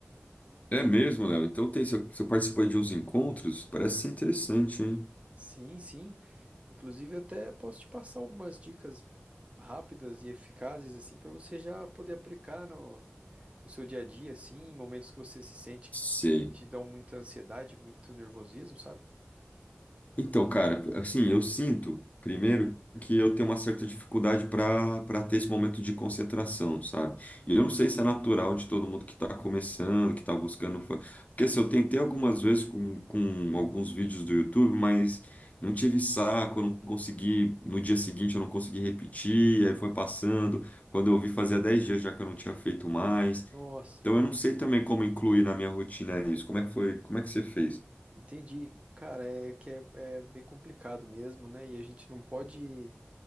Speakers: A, on the left (about 35°); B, on the right (about 30°).
A: É mesmo, Léo. Então tem, você você participou de uns encontros? Parece ser interessante, hein?
B: Sim, sim. Inclusive, até posso te passar algumas dicas rápidas e eficazes, assim, para você já poder aplicar no, no seu dia a dia, assim, em momentos que você se sente
A: Sei.
B: que que te dão muita ansiedade, muito nervosismo, sabe?
A: Então, cara, assim, eu sinto, primeiro, que eu tenho uma certa dificuldade para para ter esse momento de concentração, sabe? E eu não sei se é natural de todo mundo que está começando, que está buscando. fa- Porque assim, eu tentei algumas vezes com, com alguns vídeos do YouTube, mas não tive saco, eu não consegui. No dia seguinte eu não consegui repetir, aí foi passando. Quando eu vi, fazia 10 dias já que eu não tinha feito mais.
B: Nossa.
A: Então eu não sei também como incluir na minha rotina isso. Como é que foi? Como é que você fez?
B: Entendi. Cara, é que é, é bem complicado mesmo, né? E a gente não pode